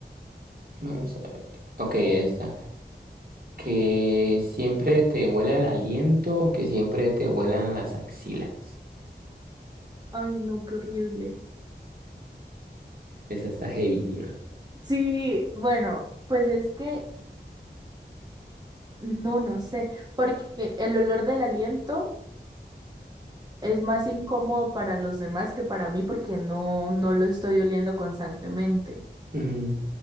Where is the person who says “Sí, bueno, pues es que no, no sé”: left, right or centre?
Right